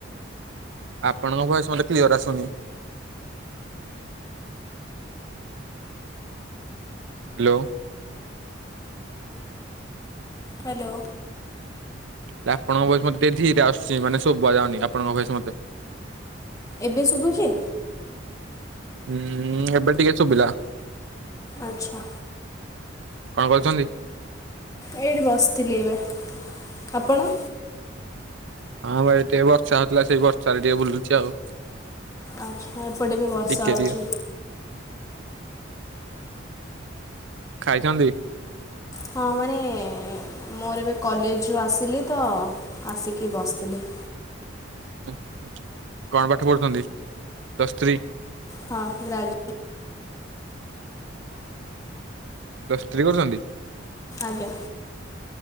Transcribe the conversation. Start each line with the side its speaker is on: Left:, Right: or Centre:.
Right: ଆପଣଙ୍କ ଭଏସ ମତେ କ୍ଲିୟର ଆସୁନି। ହାଲୋ।
Left: ହାଲୋ।
Right: ହେ ଆପଣଙ୍କ ଭୟସ ମତେ ଟେକେ ଧୀରେ ଆସୁଛି ମାନେ ସୁବୁ ଯାଉନି ଆପଣଙ୍କ ଭଏସ ମତେ।
Left: ଏବେ ଶୁଭୁଛି?
Right: ହୁଁ ଏବେ ଟିକେ ଶୁଭିଲା।
Left: ଆଚ୍ଛା।
Right: କଣ କରୁଛନ୍ତି?
Left: ଏଇଠି ବସିଥିଲି ଏବେ ଆପଣ?
Right: ହଁ ଏଇଠି ଟିକେ ବର୍ଷା ହଉଥିଲା ସେଇ ବର୍ଷାରେ ଟିକେ ବୁଲୁଛି ଆଉ
Left: ଆଚ୍ଛା ଏପଟେ ବି ବର୍ଷା
Right: ଟିକେ
Left: ହଉଛି।
Right: ଟିକେ ଖାଇଛନ୍ତି?
Left: ହଁ ମାନେ ମୋର ଏବେ କଲେଜରୁ ଆସିଲି ତ ଆସିକି ବସିଥିଲି।
Right: କଣ ପାଠ ପଢ଼ୁଛନ୍ତି ପ୍ଲସ୍ ଥ୍ରୀ।
Left: ହଁ ଗ୍ରାଜୁ
Right: ପ୍ଲସ ଥ୍ରୀ କରୁଛନ୍ତି।
Left: ଆଜ୍ଞା।